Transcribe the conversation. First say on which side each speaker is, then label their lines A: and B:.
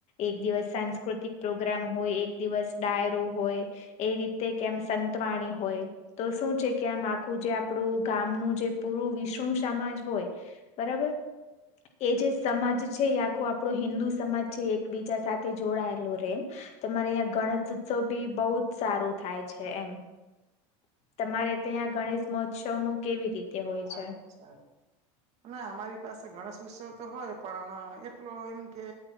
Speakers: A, on the left (about 45°); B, on the right (about 45°).
A: એક દિવસ સાંસ્કૃતિક પ્રોગ્રામ હોય, એક દિવસ ડાયરો હોય એ રીતે કેમ સંતવાણી હોય, હોય તો શું છે, કે આમ આખું જે આપણું ગામનું જે પૂરું વિષ્ણુ સમાજ હોય બરાબર એ જે સમાજ છે, એ આખું આપણો હિન્દુ સમાજ છે, એકબીજા સાથે જોડાયેલો રે એમ તમારે અં ગણેશ ઉત્સવ બી બહુ જ સારું થાય છે, એમ તમારે ત્યાં ગણેશ મહોત્સવ નું કેવી રીતે હોય
B: અચ્છા
A: છે,
B: ના અમારી પાસે ગણેશ ઉત્સવ તો હોય પણ એટલો એમ કે